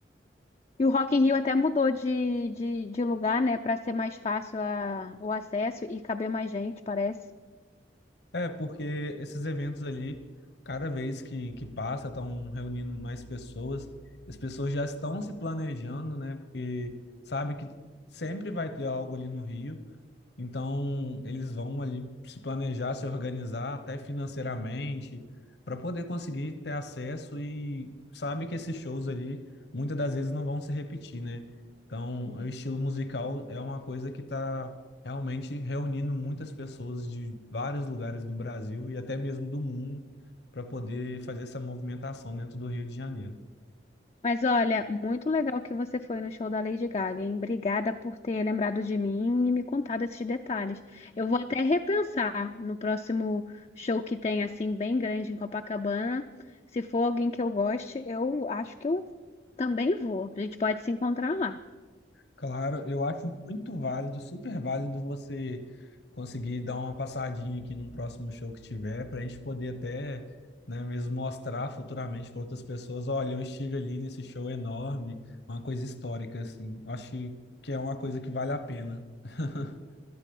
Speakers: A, on the left; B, on the left.
A: E o Rock in Rio até mudou de, de, de lugar, né, para ser mais fácil a- o acesso e caber mais gente, parece.
B: É, porque esses eventos ali, cada vez que, que passa, estão reunindo mais pessoas. As pessoas já estão se planejando, né? Porque sabe que sempre vai ter algo ali no Rio. Então, eles vão ali se planejar, se organizar até financeiramente para poder conseguir ter acesso e sabe que esses shows ali muitas das vezes não vão se repetir, né? Então,
A: Uhum.
B: o estilo musical é uma coisa que está realmente reunindo muitas pessoas de vários lugares do Brasil e até mesmo do mundo para poder fazer essa movimentação dentro do Rio de Janeiro.
A: Mas olha, muito legal que você foi no show da Lady Gaga, hein? Obrigada por ter lembrado de mim e me contado esses detalhes. Eu vou até repensar no próximo show que tem, assim, bem grande em Copacabana. Se for alguém que eu goste, eu acho que eu também vou. A gente pode se encontrar lá.
B: Claro, eu acho muito válido, super válido você conseguir dar uma passadinha aqui num próximo show que tiver, para a gente poder até, né, mesmo mostrar futuramente para outras pessoas, olha, eu estive ali nesse show enorme, uma coisa histórica, assim. Acho que é uma coisa que vale a pena. <laughs>